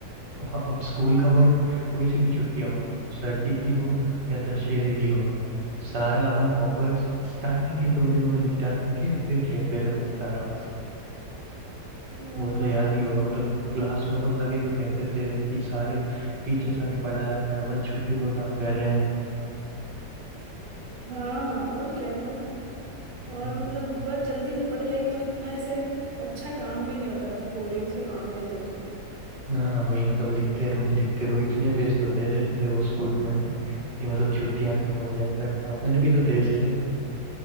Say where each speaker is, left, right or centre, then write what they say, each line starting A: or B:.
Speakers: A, on the right; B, on the right.
A: अब स्कूल का वर्क कोई सी भी छुट्टियां हो सर्दी की हो या दशहरे की हो सारा अपन होमवर्क स्टार्टिंग के दो दिनों में निपटा के फिर खेलते थे मस्त आराम
B: हाँ
A: वो तो याद ही होगा मतलब क्लास में अपन लगे हुए कहते थे कि सारे टीचर्स आके पढ़ा रहे हैं अपन छुट्टियों का काम कर रहे हैं
B: हाँ और क्या भाई और
A: हम्म,
B: मतलब बस जल्दी निपट जाए एक तो इतना ऐसे अच्छा काम भी नहीं होता था बोरिंग से काम देते थे
A: हाँ वही मतलब लिखते रहो लिखते रहो इतने पेज तो दे देते थे वो स्कूल में कि मतलब छुट्टियां खत्म हो जाए पर अपन भी तो तेज थे